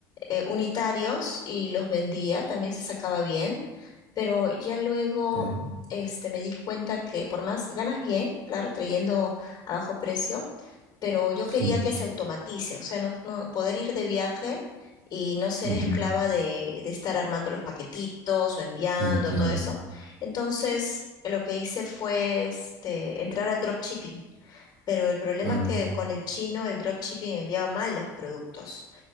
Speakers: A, on the left; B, on the right.
A: eh, unitarios y los vendía. También se sacaba bien, pero ya luego
B: Ok,
A: este, me di cuenta que por más ganas bien, claro, trayendo a bajo precio pero yo
B: sí.
A: quería que se automatice, o sea, no, no- poder ir de viaje y no ser
B: ujú,
A: esclava de, de estar armando los paquetitos o enviando
B: Entiendo.
A: todo eso. Entonces, lo que hice fue este, entrar al dropshipping. Pero el problema
B: Ah,
A: es que con el chino el dropshipping enviaba mal los productos.